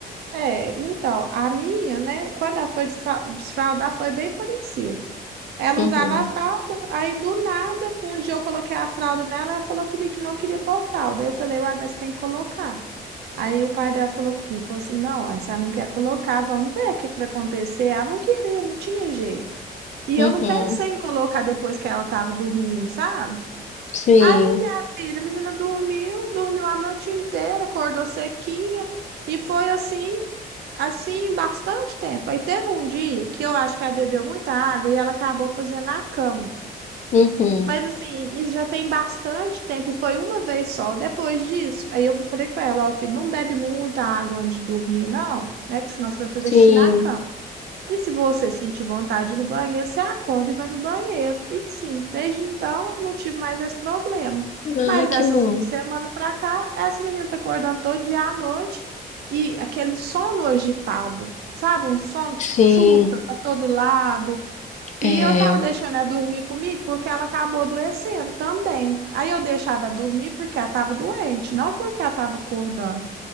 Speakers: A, on the right (about 80°); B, on the left (about 45°).
A: É, então, a minha, né, quando ela foi desfra- desfraldar, foi bem parecido. Ela
B: uhum,
A: usava a fralda, aí do nada, um dia eu coloquei a fralda nela, ela falou comigo que não queria pôr fralda. Aí eu falei, uai, mas tem que colocar. Aí o pai dela falou comigo, falou assim, não, aí se ela não quer colocar, vamos ver o que que vai acontecer. Ela não queria, não tinha jeito. E
B: uhum,
A: eu não pensei em colocar depois que ela estava dormindo, sabe?
B: sim,
A: Aí, filha, a menina dormiu, dormiu a noite inteira, acordou sequinha, e foi assim, assim, bastante tempo. Aí teve um dia que eu acho que ela bebeu muita água e ela acabou fazendo a cama.
B: uhum,
A: Mas assim, isso já tem bastante tempo e foi uma vez só. Depois disso, aí eu fui- falei com ela, ó, filho, não bebe muita água antes de dormir, não, né? Porque senão você vai fazer
B: sim.
A: xixi na cama. E se você sentir vontade no banheiro, você acorda e vai no banheiro. E sim, desde então eu não tive mais esse problema.
B: Ai,
A: Mas
B: que
A: dessas
B: bom.
A: duas semanas pra cá, essa menina tá acordando todo dia à noite e aquele sono agitado, sabe? Um sono que
B: Sim,
A: chuta pra todo lado e
B: é,
A: eu tava deixando ela dormir comigo porque ela acabou adoecendo também. Aí eu deixava ela dormir porque ela tava doente, não porque ela tava acordando.